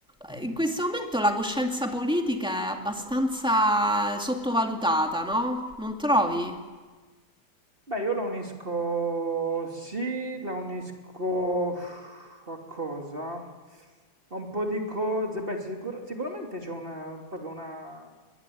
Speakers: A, in the centre; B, on the right.
A: eh, in questo momento la coscienza politica è abbastanza sottovalutata, no? Non trovi?
B: Beh, io la unisco, sì, la unisco a cosa? A un po' di cose. Beh, sicur- sicuramente c'è una, proprio una,